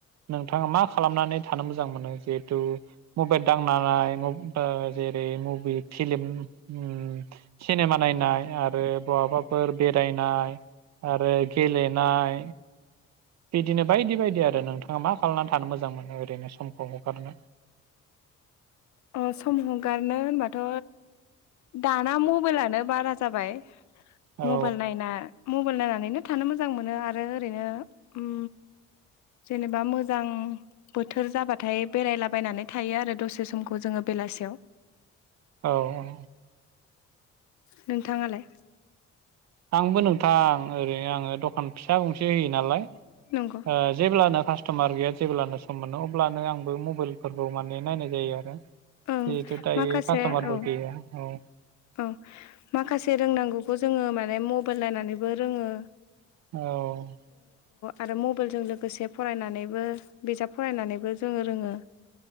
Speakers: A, on the right; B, on the left.
A: नोंथांङा मा खालामनानै थानो मोजां मोनो जिहेथु मबाइल दांनानाय ओ जेरै मुभि फिलिम उम सिनेमा नायनाय आरो बहाबाफोर बेरायनाय आरो गेलेनाय बिदिनो बायदि बायदि आरो नोंथांङा मा खालामनानै थानो मोजां मोनो ओरैनो समखौ हगारनो
B: अ सम हगारनो होनबाथ' दाना म मबाइलानो बारा जाबाय मबाइल
A: औ
B: नायना मबाइल नायना नानैनो थानो मोजां मोनो आरो ओरैनो ओम जेनेबा मोजां बोथोर जाबाथाय बेरायला बायनानै थायो आरो दसे समखौ जोंङो बेलासेयाव
A: औ औ
B: नोंथांङालाय
A: आंबो नोंथां ओरैनो आंङो दखान फिसा गंसे होयो नालाय
B: नंगौ
A: ओ जेब्लानो फास स्ट'मार गैया जेब्लानो सम मोनो अब्लानो आंबो मबाइलफोरखौ माने नायनाय जायो आरो
B: ओं
A: जिहेथु दायो
B: माखासे
A: कास्ट'मारफोर
B: औ
A: गैया औ
B: औ माखासे रोंनांगौखौ जोंङो माने मब मबाइल नायनानैबो रोंङो
A: औ
B: आरो मबाइलजों लोगोसे फरायनानैबो बिजाब फरायनानैबो जोंङो रोंङो।